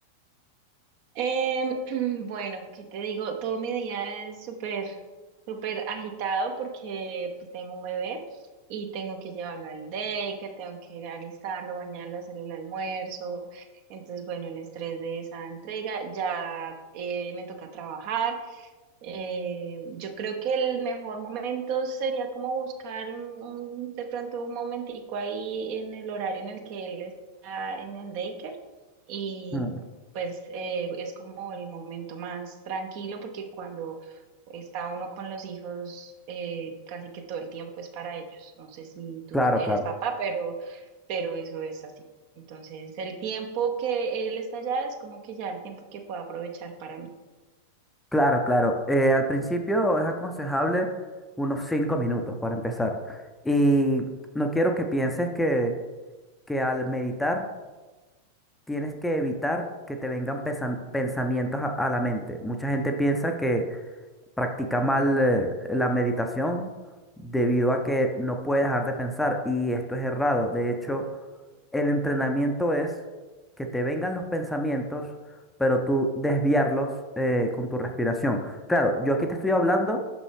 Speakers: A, on the right; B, in the centre.
A: Em, <clears throat> bueno, ¿qué te digo? Todo mi día es súper, súper agitado porque pues tengo un bebé y tengo que llevarlo al daycare, tengo que alistarlo, bañarlo, hacerle el almuerzo. Entonces, bueno, el estrés de esa entrega, ya eh, me toca trabajar. Eh, yo creo que el mejor momento sería como buscar un, un- de pronto un momentico ahí en el horario en el que él está en el daycare y
B: Mm,
A: pues eh, es como el momento más tranquilo porque cuando está uno con los hijos eh, casi que todo el tiempo es para ellos. No sé si tú
B: Claro,
A: t- eres
B: claro.
A: papá, pero, pero eso es así. Entonces el tiempo que él está allá es como que ya el tiempo que puedo aprovechar para mí.
B: Claro, claro. Eh, al principio es aconsejable unos cinco minutos para empezar. Y no quiero que pienses que, que al meditar tienes que evitar que te vengan pesa- pensamientos a, a la mente. Mucha gente piensa que practica mal eh, la meditación debido a que no puede dejar de pensar y esto es errado. De hecho, el entrenamiento es que te vengan los pensamientos, pero tú desviarlos eh, con tu respiración. Claro, yo aquí te estoy hablando